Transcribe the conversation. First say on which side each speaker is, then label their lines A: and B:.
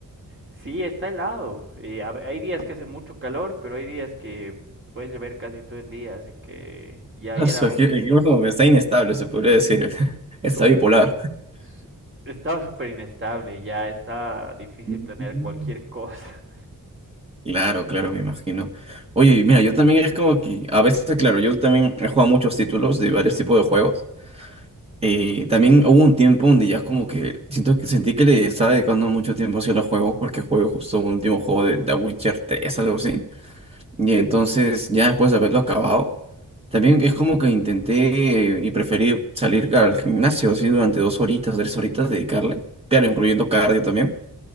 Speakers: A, on the right; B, on the right.
A: Sí, está helado. Y a hay días que hace mucho calor, pero hay días que puede llover casi todo el día, así que ya
B: Ah,
A: ya
B: su-
A: era
B: El
A: mm,
B: cli- el clima como que está inestable, se podría decir. <laughs> Está
A: súper.
B: bipolar.
A: su- Estaba súper inestable, ya está difícil
B: <laughs>
A: planear cualquier <laughs> cosa.
B: Claro, claro, me imagino. Oye, mira, yo también es como que a veces, claro, yo también he jugado muchos títulos de varios tipos de juegos. Eh, también hubo un tiempo donde ya como que siento que sentí que le estaba dedicando mucho tiempo hacia los juegos porque jugué justo un último juego de The Witcher tres, algo así. Y entonces, ya después de haberlo acabado, también es como que intenté eh, y preferí salir al gimnasio así durante dos horitas, tres horitas, dedicarle. Claro, incluyendo cardio también.